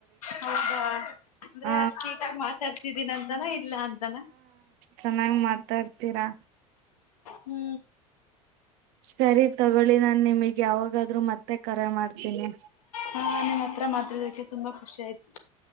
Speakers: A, on the left (about 70°); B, on the right (about 55°).
A: ಹೌದಾ ಅಂದ್ರೆ
B: ಹ
A: ಅಷ್ಟೀಟಾಗಿ ಮಾತಾಡ್ತಿದೀನ ಅಂತಾನ ಇಲ್ಲ ಅಂತಾನ
B: ಚೆನ್ನಾಗಿ ಮಾತಾಡ್ ತೀರಾ
A: ಹೂ
B: ಸರಿ ತಗೊಳ್ಳಿ ನ ನಿಮಗ್ ಯಾವಾಗಾದ್ರು ಮತ್ತೆ ಕರೆ ಮಾಡ್ತೀನಿ
A: ಹಾ ನಿಮ್ಮ್ ಹತ್ರ ಮಾತಾಡ ಕೆ ತುಂಬಾ ಖುಷಿ ಆಯ್ತು